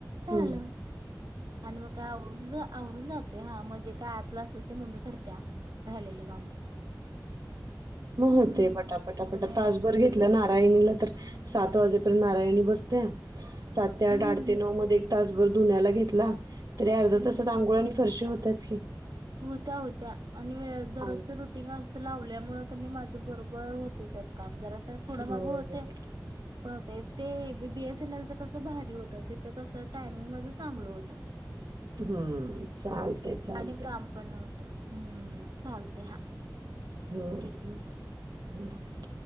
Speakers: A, on the right (about 75°); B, on the right (about 65°).
A: झालं,
B: हम्म.
A: आणि मग काय आव जा आवरून जातय. हा म जे काय आतलं असेल ते मम्मी करते राहिलेलं काम.
B: म होतय
A: हम्म
B: पटा पटा पटा.
A: मग मी असं
B: तासभर
A: करतोय
B: घेतलं ना काही नेल तर सात वाजेपर्यंत नारायणी बसते. सात ते आठ
A: हम्म
B: आठ ते नऊ मध्ये तासभर धुण्याला घेतला तरी अर्धा
A: हम्म
B: तासात आंघोळ आणि फरशी होतेच की.
A: होत्या होत्या आणि वेळ दररोजच्या
B: आंघोळ.
A: रुट टिंग असं लावल्यामुळ क नही माझ बरोबर होतय त्यात काम. जरास पुढ
B: हम्म.
A: माग होतय. पण होते ते B B S N L च कसं भारी होतं. तीथ कसं टायमिंग माझं चांगलं होत.
B: हं. चालत चालतय.
A: आणि काम पण नव्हतं. हं. चालतय हा.
B: हा
A: ठीक आहे
B: का? हा.